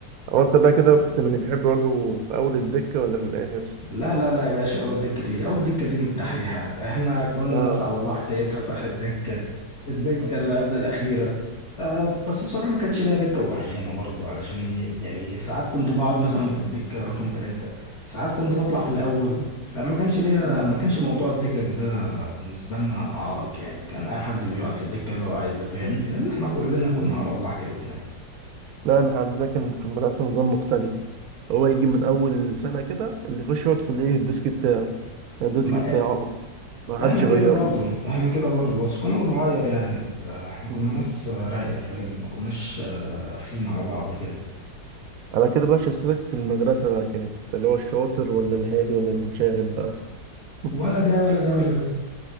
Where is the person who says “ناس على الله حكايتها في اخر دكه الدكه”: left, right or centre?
Left